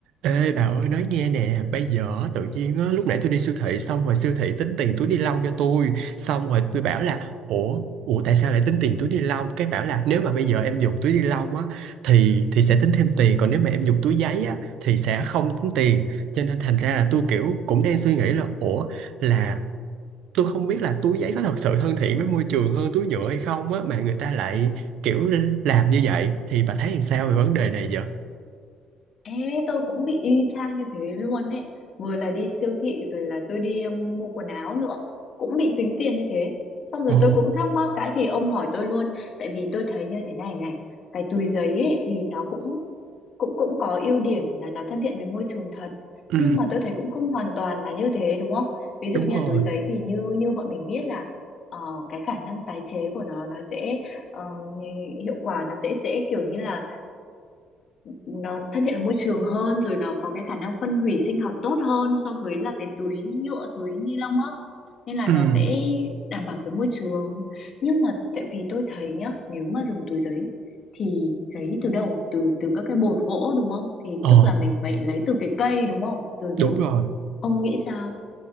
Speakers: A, on the right; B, on the left.
A: Ê bà ơi nói nghe nè Bây giờ á, tự nhiên á, lúc nãy tôi đi siêu thị Xong rồi siêu thị tính tiền túi ni lông cho tôi Xong rồi tôi bảo là Ủa, ủa tại sao lại tính tiền túi ni lông Cái bảo là nếu mà bây giờ em dùng túi ni lông á Thì thì sẽ tính thêm tiền Còn nếu mà em dùng túi giấy á Thì sẽ không tính tiền Cho nên thành ra là tôi kiểu cũng đang suy nghĩ là Ủa là tôi không biết là túi giấy có thật sự thân thiện với môi trường hơn túi nhựa hay không á Mà người ta lại kiểu làm như vậy Thì bà thấy làm sao về vấn đề này vậy
B: Ê, tôi cũng bị y chang như thế luôn ấy. Vừa là đi siêu thị rồi là tôi đi um, mua quần áo nữa. Cũng bị tính tiền như thế. Xong rồi
A: Ồ,
B: tôi cũng thắc mắc cái thì ông hỏi tôi luôn. Tại vì tôi thấy như thế này này. Cái túi giấy ấy thì nó cũng cũng cũng có ưu điểm là nó thân thiện với môi trường thật.
A: ừ,
B: Nhưng mà tôi thấy cũng không hoàn toàn là như thế đúng không? Ví dụ
A: đúng
B: như
A: rồi
B: là túi giấy thì như như bọn mình biết là ờ, cái khả năng tái chế của nó nó sẽ ờ, hiệu quả nó sẽ sẽ kiểu như là nó thân thiện với môi trường hơn rồi nó có cái khả năng phân hủy sinh học tốt hơn so với là cái túi nhựa túi ni lông á nên là
A: ừm,
B: nó sẽ đảm bảo với môi trường nhưng mà tại vì tôi thấy nhá nếu mà dùng túi giấy thì giấy từ đâu từ từ các cái bột gỗ đúng không thì
A: ờ,
B: tức là mình phải lấy từ cái cây đúng không từ rừng
A: đúng rồi.
B: ông nghĩ sao